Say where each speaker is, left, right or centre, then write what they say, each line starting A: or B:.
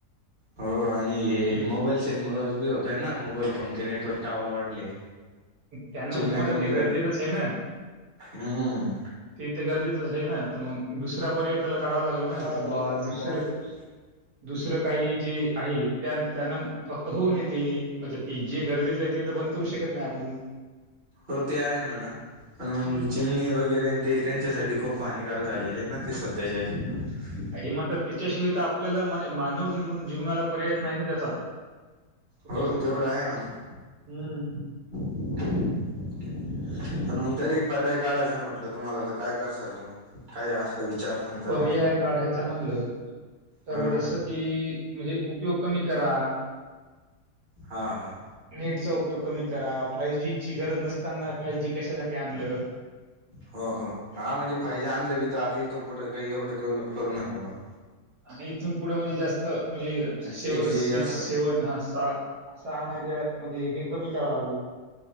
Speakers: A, on the right; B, on the right.
A: हो आणि हे
B: की
A: मोबाईल सेनमुळे बी होतय ना? मोबाईल फोनचे नेटवर्क टावर वाढले.
B: त्यांना
A: चिमण्या
B: होतं माझं
A: कमी
B: ते
A: झाल्या.
B: गरजेचंच आहे ना
A: हम्म.
B: ते तर गरजेचंच आहे ना? तर मग दुसरा पर्याय त्याला काढावा लागेल
A: करावं
B: ना? की बा
A: एक
B: दुसर-
A: बॉन्ड.
B: दुसरं काही जे आहे. त्या त्यांन फक्त होऊ नयेते. जे गरजेचं आहे, ते तर बंद करू शकत नाही आपून.
A: हो ते आहे म्हणा. पण
B: हम्म.
A: चिमणी वगैरे ते. त्यांच्यासाठी खूप हानिकारक झालेले आहे ना ते सध्याच्या याच्यात?
B: हे मात्र तिच्याशिवाय त आपल्याला, मानव जीवनाला पर्यायच नाही ना त्याचा? तिच्याशिवाय.
A: हो तेवढं आहे म्हणा
B: हम्म.
A: पण मग तरी पर्याय काढायचं म्हटलं, तुम्हाला तर- काय करशाल तुम्ही? काय असं विचार? तुमच्या
B: पर्याय
A: मनात
B: काढायचा म्हणलं, तर
A: हम्म
B: जस- कि म्हणजे, उपयोग कमी करा.
A: हा हा.
B: नेटचा उपयोग कमी करा. फाय जी ची गरज नसताना फाय जी कशासाठी आणलं?
A: हां. हां. हा म्हणजे फाई जी जे आणलं बी, तर आता इथून पुढे काही एवढं डेव्हलप करू नका, बा.
B: आणि इथून पुढं म्हणजे, जास्त म्हणजेे,
A: जी
B: सिक्स,
A: असं
B: सेवन असा- असं आणायचं म्हणजे, हे कमी करावं लागल.